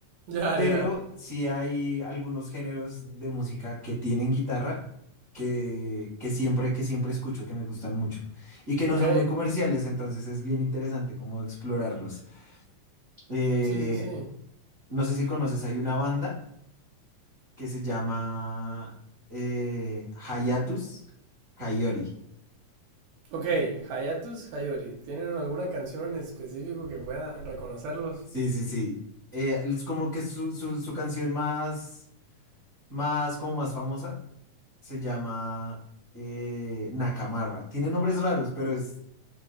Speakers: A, on the right; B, on the right.
A: ya,
B: Pero
A: ya.
B: sí hay algunos géneros de música que tienen guitarra que, que siempre, que siempre escucho, que me gustan mucho y que
A: Ok,
B: no son muy comerciales, entonces es bien interesante como explorarlos. Eh,
A: sí, sí, sí.
B: no sé si conoces, hay una banda que se llama eh, Hayatus Kaiori.
A: Ok, Hayatus Hayori. ¿Tienen alguna canción en específico que pueda reconocerlos?
B: Sí, sí, sí. Eh, es como que su, su, su canción más, más, como más famosa se llama eh, Nakamarra. Tiene nombres raros, pero es,